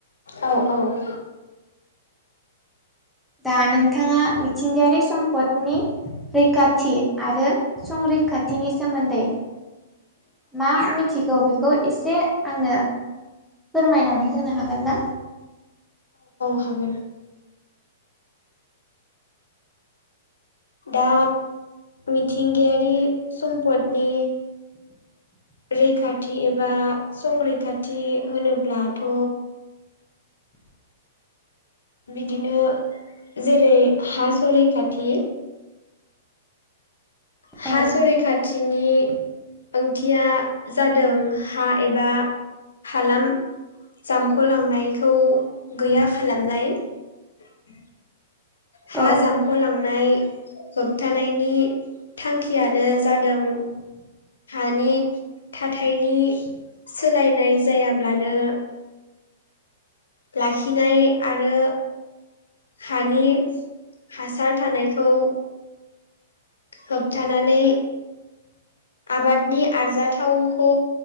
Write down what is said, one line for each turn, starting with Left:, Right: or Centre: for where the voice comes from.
Left: औ औ ।
Centre: दा नोंथाङा मिथिंगायारि सम्पदनि रैखाथि आरो संरै खाथिनि सोमोन्दै मा मिथिगौ बेखौ एसे आंनो फोरमायनानै होनो हागोन ना?
Left: हागोन दा मिथिंगायारि सम्पदनि रैखाथि एबा संरैखाथि होनोब्लाथ'
Centre: <inaudible>
Left: बिदिनो जेरै हा सरैखाथि हा
Centre: औ
Left: सरैखाथिनि ओंथिया जादों हा एबा हालाम जामख'लांनायखौ गैया खालामनाय । हा
Centre: औ
Left: जामख'लांनाय होबथानायनि थांखियानो जादों हानि थाथायनि सोलायनाय जायाब्लानो लाखिनाय आरो हानि हासार थानायखौ होबथानानै आबादनि आरजाथावखौ